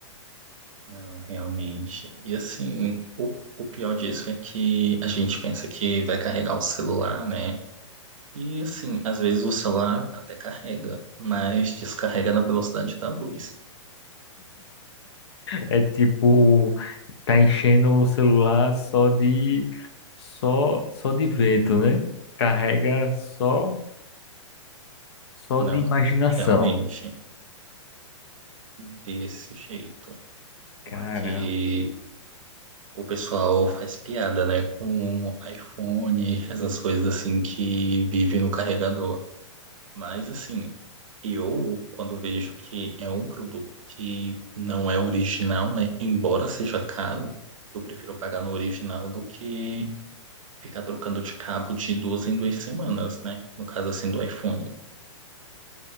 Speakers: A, on the right; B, on the left.
A: Não, realmente. E assim, o, o pior disso é que a gente pensa que vai carregar o celular, né? E assim, às vezes o celular até carrega, mas descarrega na velocidade da luz.
B: É tipo, tá enchendo o celular só de só só de vento, né? Carrega só só
A: Não,
B: de imaginação.
A: realmente, desse jeito. Porque
B: Cara,
A: o pessoal faz piada, né, com iPhone, essas coisas assim que vivem no carregador. Mas assim, Eu, quando vejo que é um produto que não é original, né? Embora seja caro, eu prefiro pagar no original do que ficar trocando de cabo de duas em duas semanas, né? No caso, assim, do iPhone.